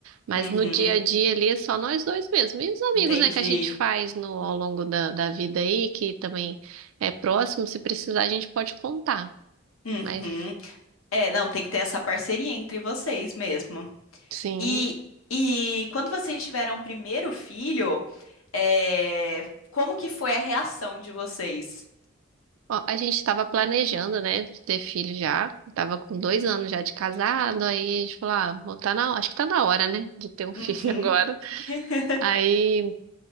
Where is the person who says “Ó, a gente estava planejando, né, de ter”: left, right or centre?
Right